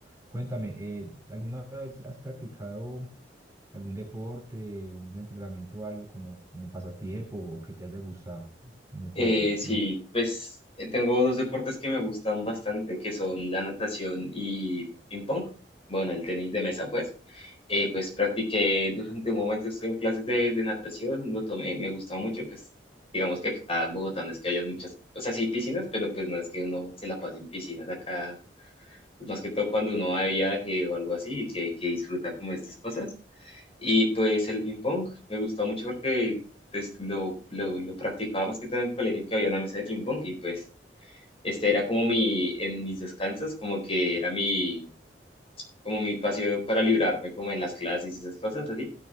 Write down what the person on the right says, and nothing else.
Cuéntame, eh, ¿alguna vez has practicado? algún deporte, un entrenamiento, algo como, como pasatiempo o que te haya gustado, un hobby,
no,